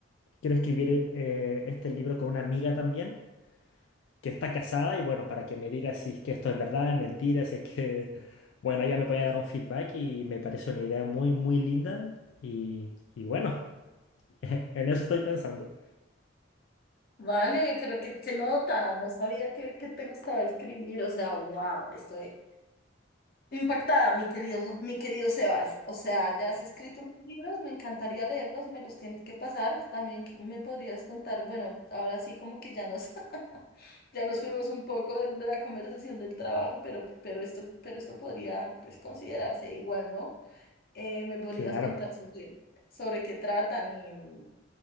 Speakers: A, on the left; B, on the left.
A: quiero escribir eh, este libro con una amiga también que está casada y bueno, para que me diga si es que esto es verdad, es mentira, si es que, bueno, ella me puede dar un feedback y me parece una idea muy, muy linda y, y bueno, <laughs> en eso estoy pensando.
B: Vale, pero qué, qué nota, no sabía que, que te gustaba escribir, o sea, wow, estoy Impactada, mi querido, mi querido Sebas. O sea, ya has escrito mis libros, me encantaría leerlos, me los tienes que pasar. También que- me podrías contar, bueno, ahora sí como que ya nos, <laughs> ya nos fuimos un poco de, de la conversación del trabajo, pero, pero esto, pero esto podría pues considerarse igual, ¿no? Eh, me podrías
A: Claro,
B: contar sobre, sobre qué tratan